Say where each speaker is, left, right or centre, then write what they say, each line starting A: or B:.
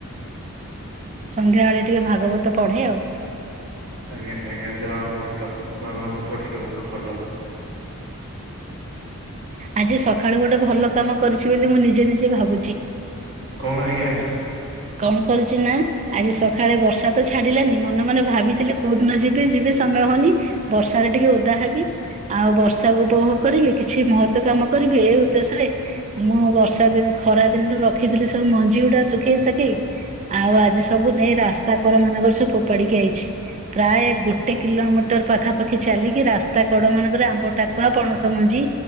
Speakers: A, on the right; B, on the right.
A: ସନ୍ଧ୍ୟାବେଳେ ଟିକେ ଭାଗବତ ପଢେ ଆଉ।
B: ଆଜ୍ଞା ଆଜ୍ଞା। ଯାହା ହଉ ଭ। ଭାଗବତ ପଢିଲେ ବହୁତ୍ ଭଲ।
A: ଆଜି ସକାଳୁ ଗୋଟେ ଭଲ କାମ କରିଚି ବୋଲି ମୁଁ ନିଜେ ନିଜେ ଭାବୁଚି।
B: କଣ ଆଜ୍ଞା?
A: କଣ କରୁଚି ନା ଆଜି ସକାଳେ ବର୍ଷା ତ ଛାଡିଲାନି। ମନେ ମନେ ଭାବିଥିଲେ କୋଉ ଦିନ ଯିବି ଯିବି ସମୟ ହଉନି। ବର୍ଷାରେ ଟିକେ ଓଦା ହେବି। ଆଉ ବର୍ଷାକୁ ଉପଭୋଗ କରିବି। କିଛି ମହତ୍ଵ କାମ କରିବି ଏ ଉଦ୍ଦେଶ୍ୟରେ ମୁଁ ବର୍ଷା ଦିନ୍ ଖରା ଦିନଠୁ ରଖିଥିଲି ସବୁ ମଞ୍ଜି ଗୁଡା ଶୁଖେଇ ସା ଆଉ ଆଜି ସବୁ ନେଇ ରାସ୍ତା କର ମାନଙ୍କରେ ସବୁ ଫୋପାଡିକି ଆଇଚି। ପ୍ରାୟ ଗୋ ଗୋଟେ କିଲୋମିଟର ପାଖାପାଖି ଚାଲିକି ରାସ୍ତା କଡ ମାନଙ୍କରେ ଆମ୍ବ ଟାକୁଆ ପଣସ ମଞ୍ଜି